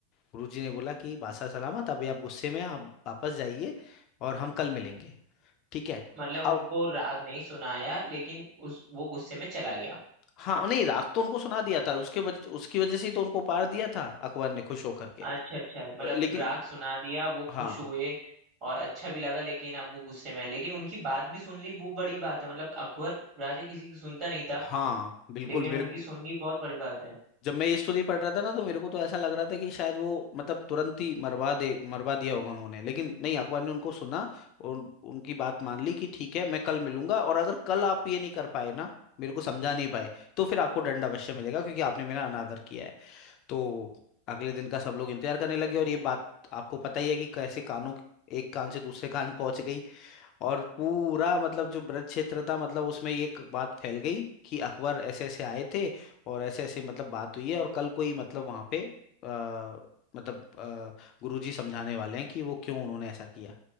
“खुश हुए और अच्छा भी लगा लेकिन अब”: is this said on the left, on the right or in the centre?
Right